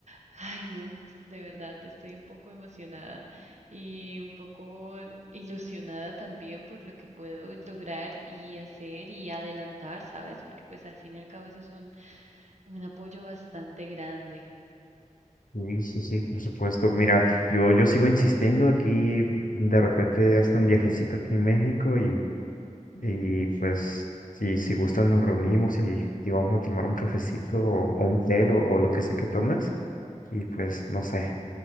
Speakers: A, on the right; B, on the left.
A: ay, no, de verdad, estoy un poco emocionada y un poco ilusionada también por lo que puedo lograr y hacer y adelantar, ¿sabes? Porque pues al fin y al cabo eso es un, un apoyo bastante grande.
B: Sí, sí, sí, por supuesto. Mira, yo, yo sigo insistiendo aquí, de repente hasta un viajecito aquí en México y, y pues si, si gustan nos reunimos y, y vamos a tomar un cafecito o, o un té o, o lo que sea que tomes y pues no sé,